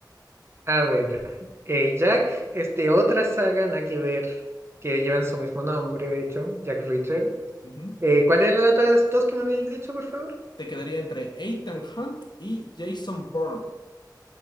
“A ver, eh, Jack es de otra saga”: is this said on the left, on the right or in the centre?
Right